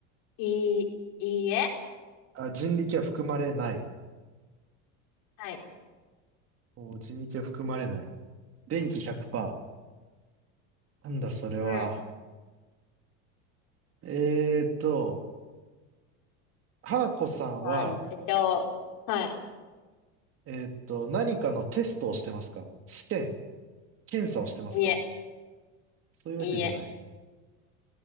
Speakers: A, on the left; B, on the right.
A: いい、いいえ
B: あ、人力は含まれない。
A: はい。
B: おー人力は含まれない。電気100%。なんだそれは。
A: うん。
B: えーっと、原子さんは、
A: なんでしょう。はい。
B: えーっと、何かのテストをしてますか試験、検査をしてますか
A: いいえ、
B: そういうわけじゃない。
A: いいえ。